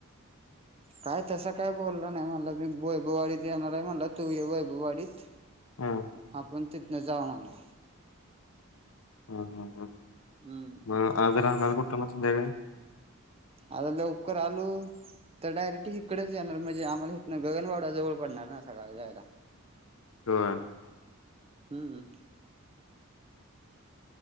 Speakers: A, on the right (about 25°); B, on the left (about 70°).
A: काय तसं काय बोलला नाही. म्हणला वैभववाडीत येणार आहे म्हणला तू ये वैभववाडीत.
B: हा
A: आपण तिथनं जावु म्हणला.
B: हा, हा, हा.
A: हम्म
B: मग आज राहणार कुठं मग संध्याकाळी?
A: आता लवकर आलू तर डायरेक्ट हिकडच येणार म्हणजे आम्हाला हिथनं गगनबावडा जवळ पडणार ना सकाळी जायाला.
B: होय.
A: हम्म.